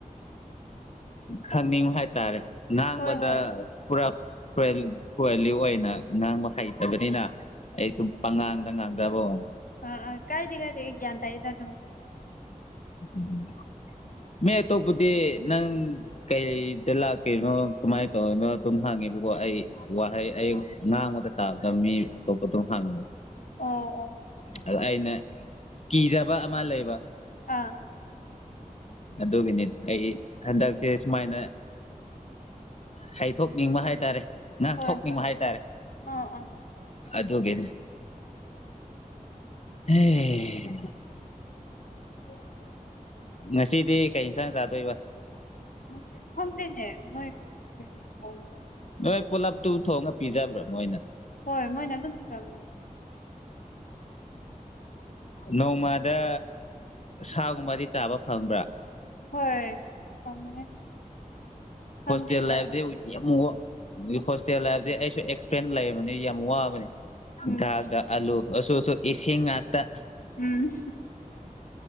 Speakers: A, on the left (about 50°); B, on the left (about 70°).
A: ꯈꯪꯅꯤꯡꯕ ꯍꯥꯏꯇꯥꯔꯦ ꯉꯥꯡꯕꯗ
B: ꯍꯣꯏ ꯍꯣꯏ
A: ꯄꯨꯔꯥ ꯐꯦ ꯐꯦꯂꯤ ꯑꯣꯏꯅ ꯉꯥꯡꯕ ꯍꯩꯇꯕꯅꯤꯅ ꯑꯩꯁꯨ ꯄꯉꯥꯡꯗ ꯉꯥꯡ ꯇꯥꯕꯣ
B: ꯑ ꯑ ꯀꯥꯏꯗꯦ ꯀꯥꯏꯗꯦ ꯑꯩ ꯒ꯭ꯌꯥꯟ ꯇꯥꯏꯗ ꯑꯗꯨꯝ
A: ꯎꯝ ꯃꯤ ꯑꯇꯣꯞꯄꯗꯤ ꯅꯪ ꯀꯩꯗ ꯂꯥꯛꯀꯦꯅꯣ ꯀꯃꯥꯏꯅ ꯇꯧꯔꯤꯅꯣ ꯑꯗꯨꯝ ꯍꯪꯉꯤ ꯏꯕꯨꯡꯉꯣ ꯑꯩ ꯋꯥꯍꯩ ꯑꯩ ꯉꯥꯡꯕꯗ ꯇꯥꯗꯕ ꯃꯤ ꯑꯇꯣꯞꯄ ꯑꯗꯨꯝ ꯍꯪꯉꯤ
B: ꯑꯣ ꯑꯣ
A: ꯑꯗꯣ ꯑꯩꯅ ꯀꯤꯖꯕ ꯑꯃ ꯂꯩꯕ
B: ꯑꯥ
A: ꯑꯗꯨꯒꯤꯅꯤ ꯑꯩ ꯍꯟꯗꯛꯁꯦ ꯁꯨꯃꯥꯏꯅ ꯍꯩꯊꯣꯛꯅꯤꯡꯕ ꯍꯥꯏꯇꯥꯔꯦ ꯉꯥꯡꯊꯣꯛꯅꯤꯡꯕ
B: ꯍꯣꯏ ꯍꯣꯏ
A: ꯍꯥꯏꯇꯥꯔꯦ
B: ꯑꯥ ꯑꯥ
A: ꯑꯗꯨꯒꯤꯅꯦ ꯍꯦ
B: <inaudible>
A: ꯉꯁꯤꯗꯤ ꯀꯩ ꯌꯤꯟꯁꯥꯡ ꯆꯥꯗꯣꯏꯕ
B: ꯃꯣꯏꯁꯦ ꯈꯪꯗꯦꯅꯦ ꯃꯣꯏ ꯀꯔꯤ ꯊꯣꯡꯕꯔ
A: ꯅꯣꯏ ꯄꯨꯂꯞꯇꯨ ꯊꯣꯡꯉꯒ ꯄꯤꯖꯕ꯭ꯔꯥ ꯃꯣꯏꯅ
B: ꯍꯣꯏ ꯃꯣꯏꯅ ꯑꯗꯨꯝ ꯄꯤꯖꯕꯅꯦ
A: ꯅꯣꯡꯃꯗ ꯁꯥꯒꯨꯝꯕꯗꯤ ꯆꯥꯕ ꯐꯪꯕ꯭ꯔꯥ
B: ꯍꯣꯏ ꯐꯪꯉꯦ ꯁꯟꯗꯦꯗ
A: ꯍꯣꯁꯇꯦꯜ ꯂꯥꯢꯐꯇꯤ ꯌꯥꯝ ꯋꯥ ꯍꯣꯁꯇꯦꯜ ꯂꯥꯏꯐꯁꯦ ꯑꯩꯁꯨ ꯑꯦꯛꯁꯄ꯭ꯔꯦꯟꯁ ꯂꯩꯕꯅꯤ ꯌꯥꯝ ꯋꯥꯕꯅꯤ
B: ꯎꯝ
A: ꯙꯥꯜꯒ ꯑꯂꯨ ꯑꯣ ꯁꯣ ꯁꯣ ꯏꯁꯤꯡ ꯉꯥꯛꯇ
B: ꯎꯝ